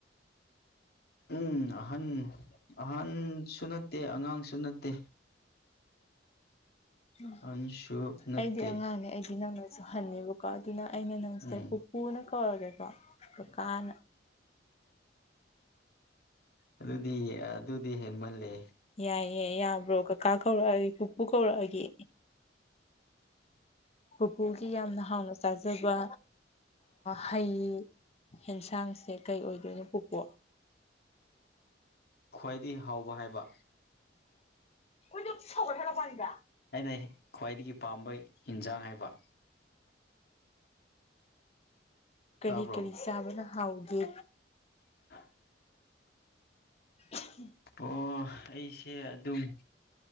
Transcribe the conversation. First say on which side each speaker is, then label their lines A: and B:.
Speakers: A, on the left; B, on the left.
A: ꯎꯝ ꯑꯍꯟ ꯑꯍꯟꯁꯨ ꯅꯠꯇꯦ ꯑꯉꯥꯡꯁꯨ ꯅꯠꯇꯦ <unintelligible>
B: ꯎ
A: ꯑꯍꯟꯁꯨ ꯅꯠꯇꯦ
B: ꯑꯩꯗꯤ ꯑꯉꯥꯡꯅꯦ ꯑꯩꯗꯤ ꯅꯪꯅ ꯁꯨꯍꯟꯅꯕꯀꯣ ꯑꯗꯨꯅ ꯑꯩꯅ ꯅꯪꯁꯦ
A: ꯎꯝ
B: ꯄꯨꯄꯨꯅ ꯀꯧꯔꯒꯦꯀꯣ ꯀꯀꯥꯅ
A: ꯑꯗꯨꯗꯤ ꯑ ꯑꯗꯨꯗꯤ ꯍꯦꯟꯃꯜꯂꯦ
B: ꯌꯥꯏꯌꯦ ꯌꯥꯕ꯭ꯔꯣ ꯀꯀꯥ ꯀꯧꯔꯛꯑꯒꯦ ꯄꯨꯄꯨ ꯀꯧꯔꯛꯑꯒꯦ ꯄꯨꯄꯨꯒꯤ ꯌꯥꯝꯅ ꯍꯥꯎꯅ ꯆꯥꯖꯕ ꯍꯩ ꯍꯦꯟꯁꯥꯡꯁꯦ ꯀꯩ ꯑꯣꯏꯗꯣꯏꯅꯣ ꯄꯨꯄꯨ
A: ꯈ꯭ꯋꯥꯏꯗꯒꯤ ꯍꯥꯎꯕ ꯍꯥꯏꯕ
B: ꯀꯣꯏꯅ ꯁꯧꯍ ꯂꯄꯅꯤꯗ
A: ꯑꯩꯅ ꯈ꯭ꯋꯥꯏꯗꯒꯤ ꯄꯥꯝꯕ ꯌꯦꯟꯁꯥꯡ ꯍꯥꯏꯕ
B: ꯀꯔꯤ
A: ꯇꯥꯕ꯭ꯔꯣ
B: ꯀꯔꯤ ꯆꯥꯕꯅ ꯍꯥꯎꯒꯦ
A: <unintelligible>
B: ꯎꯍꯨ
A: ꯑꯣ ꯑꯩꯁꯦ ꯑꯗꯨꯝ